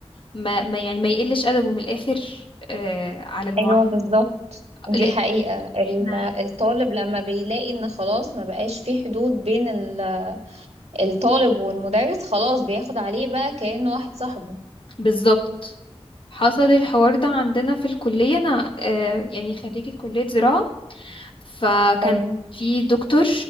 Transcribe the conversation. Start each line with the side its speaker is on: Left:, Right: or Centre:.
Left: ما, ما يعني ما يقلش ادبه من الاخر آه على المعلم
Right: ايوه بالظبط دي
Left: لان
Right: حقيقة ال-
Left: احنا
Right: الطالب لما بيلاقي ان خلاص ما بقاش في حدود بين ال- الطالب والمدرس خلاص بياخد عليه بقى كأنه واحد صاحبه
Left: بالظبط حصل الحوار ده عندنا في الكليه انا آه يعني خريجه كليه زراعه فكان
Right: ايوه
Left: في دكتور